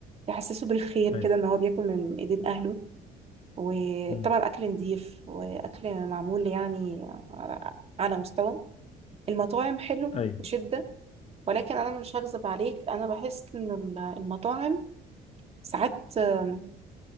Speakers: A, on the right; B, on the left.
A: بيحسسه بالخير
B: أيوة
A: كده إن هو بياكل من إيدين أهله وطبعا
B: أمم.
A: أكل نضيف وأكل معمول يعني على, على مستوى المطاعم حلو
B: أيوة
A: بشدة ولكن أنا مش هكذب عليك أنا بحس إن ال- المطاعم ساعات آم،